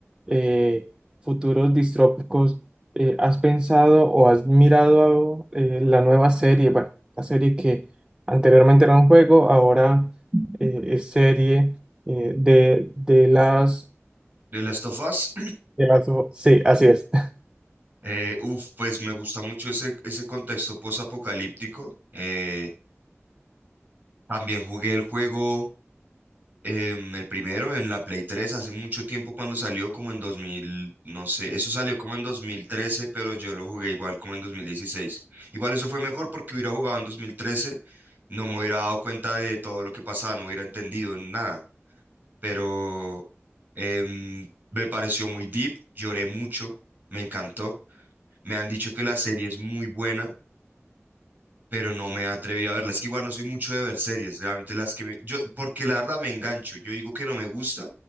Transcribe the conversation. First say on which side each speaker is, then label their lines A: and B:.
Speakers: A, on the right; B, on the right.
A: eh, futuros distrópicos, eh, ¿has pensado o has mirado eh, la nueva serie? Bueno, la serie que anteriormente era un juego, ahora eh, es serie eh, de, de las...
B: De Last of Us,
A: De las... Sí, así es. <laughs>
B: <clears throat> eh, uf, pues me gusta mucho ese, ese contexto posapocalíptico. eh, También jugué el juego, em, el primero, en la Play 3 hace mucho tiempo cuando salió, como en 2000, no sé, eso salió como en 2013, pero yo lo jugué igual como en 2016. Igual eso fue mejor porque hubiera jugado en 2013, no me hubiera dado cuenta de todo lo que pasaba, no hubiera entendido nada, pero em, me pareció muy deep, lloré mucho, me encantó. Me han dicho que la serie es muy buena. pero no me atreví a verla. Es que igual no soy mucho de ver series, realmente las que me... Yo, porque la verdad me engancho, yo digo que no me gusta,